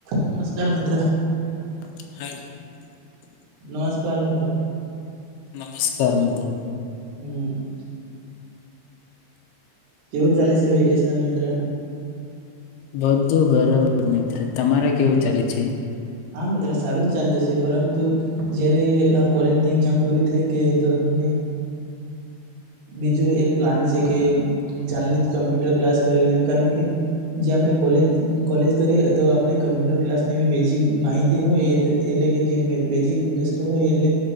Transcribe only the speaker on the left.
<inaudible>
નમસ્કાર મિત્રો.
બધું બરાબર મિત્ર. તમારે
કેવું ચાલે છે.